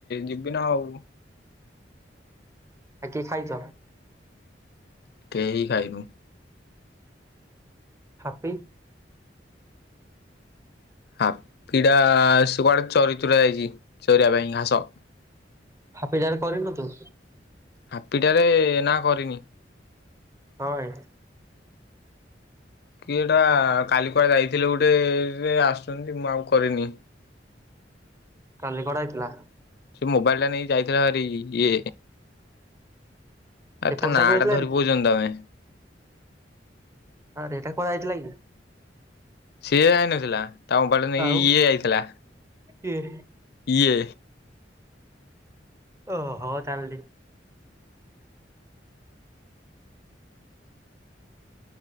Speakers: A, on the left (about 60°); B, on the right (about 15°).
A: ଯିବି ନା ଆଉ।
B: ଆ କିଏ ଖାଇଛ?
A: କେହିି ଖାଇନୁ।
B: ହାପି।
A: ହାପିଡା ସେ କୁଆଡେ ଚରିଚୁରା ଯାଇଛି, ଚରିବା ପାଇଁ ଘାସ।
B: ହାଫିଡାରେ କରିନୁ ତୁ?
A: ହାପିଟା ରେ ନାଁ କରିନି।
B: ହଁ ଏ
A: କିଏ ଏଟା କାଲି କୁଆଡେ ଯାଇଥିଲେ ଗୋଟେ ସେ ଆସୁଛନ୍ତି ମୁଁ ଆଉ କରିନି।
B: କାଲି କଡା ହେଇଥିଲା।
A: ସେ ମୋବାଇଲ୍ ଟା ନେଇ ଯାଇଥିଲା ଭାରି ଇଏ ଏ
B: ଏପଟ
A: ତା ନାଁ
B: ସାଇକ ହେଇଥିଲା
A: ଟା ଧରି
B: କି
A: କହୁଚନ୍ତି ତୋମେ।
B: ଆରେ ଏଟା କୁଆଡେ ଆଇଥିଲା କି?
A: ସିଏ ଯାଇନଥିଲା ତା ମୋବାଇଲ୍ ଟା ନେଇକି
B: ଆଉ
A: ଇଏ ଯାଇଥିଲା।
B: କିଏ?
A: ଇଏ।
B: ଓ ହୋ ଜାଣିଲି।